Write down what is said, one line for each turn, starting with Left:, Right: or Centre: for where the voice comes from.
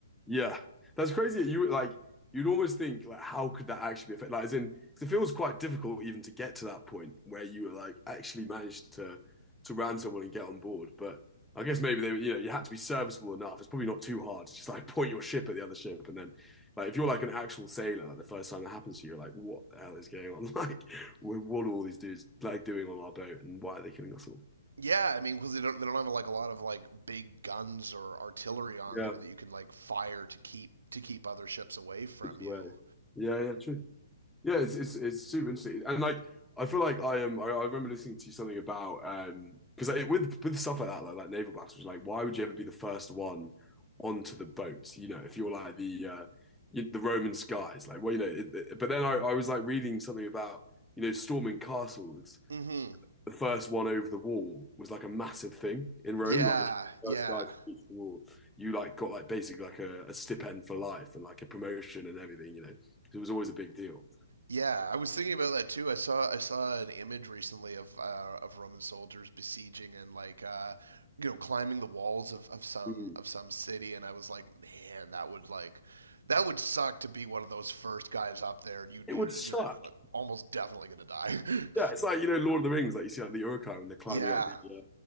Centre: Yeah, that's crazy. You like you'd almost think like how could that actually be affected? Like, as in, because it feels quite difficult even to get to that point where you were like actually managed to to ram someone and get on board. But I guess maybe they were- you know you had to be serviceable enough. It's probably not too hard to just like <laughs> point your ship at the other ship and then like if you're like an actual sailor, like, the first time that happens to you, you're like, what the hell is going on? <laughs> Like, what what are all these dudes like doing on our boat and why are they killing us all?
Right: Yeah, I mean, because they don't they don't have like a lot of like big guns or artillery on
Centre: Yeah,
Right: there that you can like fire to keep to keep other ships away from
Centre: it's way.
Right: you.
Centre: Yeah, yeah, true. Yeah, it's it's it's super interesting, and like I feel like I am. I, I remember listening to something about um because like, with with stuff like that, like, like naval battles, like why would you ever be the first one onto the boat? You know, if you're like the uh you, the Roman skies, like well, you know. It, it- but then I, I was like reading something about you know storming castles.
Right: Mm-hmm.
Centre: The first one over the wall was like a massive thing in Rome.
Right: Yeah,
Centre: Like if you
Right: yeah.
Centre: were the first guy to reach the wall, you like got like basically like a, a stipend for life and like a promotion and everything. You know, it was always a big deal.
Right: Yeah, I was thinking about that too. I saw I saw an image recently of uh, of Roman soldiers besieging and like uh, you know climbing the walls of, of some
Centre: Mm.
Right: of some city, and I was like, man, that would like that would suck to be one of those first guys up there, and you
Centre: It
Right: you're,
Centre: would suck.
Right: you're like almost definitely gonna die. <laughs>
Centre: Yeah, it's like you know Lord of the Rings, like you see like the Uruk-hai when they're climbing
Right: Yeah,
Centre: up the uh,